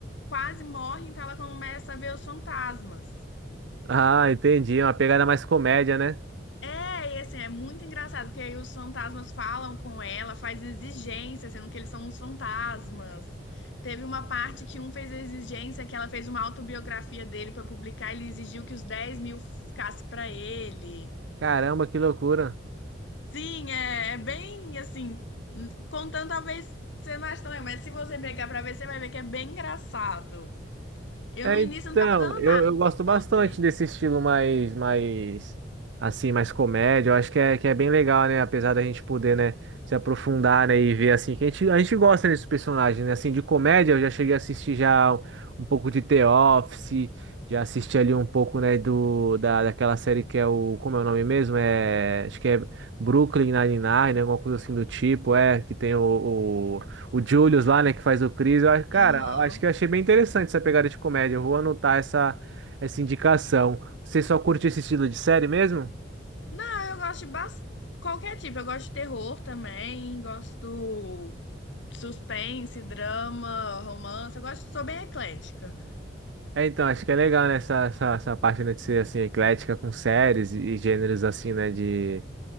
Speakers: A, on the left; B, on the right.
A: quase morre, então ela começa a ver os fantasmas.
B: Ah, entendi, é uma pegada mais comédia, né?
A: É, e assim, é muito engraçado, porque aí os fantasmas falam com ela, faz exigência, sendo que eles são uns fantasmas. Teve uma parte que um fez exigência, que ela fez uma autobiografia dele pra publicar, ele exigiu que os dez mil ficasse pra ele.
B: Caramba, que loucura.
A: Sim, é, é bem assim, contando talvez você não ache também, mas se você pegar pra ver, você vai ver que é bem engraçado. Eu
B: É,
A: no início
B: então,
A: não tava dando
B: eu,
A: nada,
B: eu gosto
A: só coloquei.
B: bastante desse estilo mais, mais, assim, mais comédia. Eu acho que é, que é bem legal, né? Apesar da gente poder, né, se aprofundar, né, e ver, assim, que a gente, a gente gosta desses personagens, né? Assim, de comédia, eu já cheguei a assistir já um pouco de The Office, já assisti ali um pouco, né, do, da, daquela série que é o, como é o nome mesmo? É, acho que é Brooklyn Nine-Nine, né? Alguma coisa assim do tipo, é, que tem o, o Julius lá, né, que faz o Chris. Eu, acho- cara,
A: Aham.
B: eu acho que eu achei bem interessante essa pegada de comédia. Eu vou anotar essa, essa indicação. Você só curte esse estilo de série mesmo?
A: Não, eu gosto de bas- qualquer tipo. Eu gosto de terror também, gosto de suspense, drama, romance. Eu gosto, sou bem eclética.
B: É, então, acho que é legal, né, essa, essa, essa parte, né, de ser, assim, eclética com séries e, e gêneros, assim, né, de,